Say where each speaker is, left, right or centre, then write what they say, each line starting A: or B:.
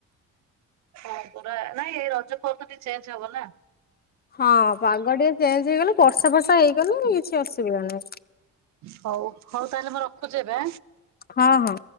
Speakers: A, on the right (about 65°); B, on the left (about 30°).
A: ହଁ ପୁରା ନାଇଁ ଏଇ ରଜ ପର୍ବଟି ଚେଞ୍ଜ ହବନା।
B: ହଁ ପାଗ ଟିକେ ଚେଞ୍ଜ ହେଇଗଲେ ବର୍ଷା ଫର୍ଷା ହେଇଗଲେ କିଛି ଅସୁବିଧା ନାହିଁ।
A: ହଉ ହଉ ତାହେଲେ ମୁଁ ରଖୁଚି ଏବେ?
B: ହଁ ହଁ।